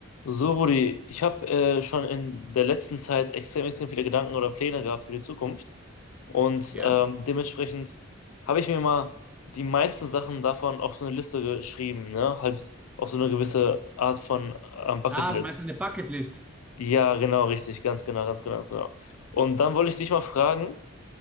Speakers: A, on the left; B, in the centre.
A: So, Rudi, ich habe äh, schon in der letzten Zeit extrem, extrem viele Gedanken oder Pläne gehabt für die Zukunft. Und
B: Ja.
A: ähm, dementsprechend habe ich mir mal die meisten Sachen davon auf so eine Liste geschrieben, ne? Halt auf so eine gewisse Art von ähm, Bucketlist.
B: Ah, du meinst eine Bucketlist.
A: Ja, genau, richtig, ganz genau, ganz genau, ganz genau. Und dann wollte ich dich mal fragen,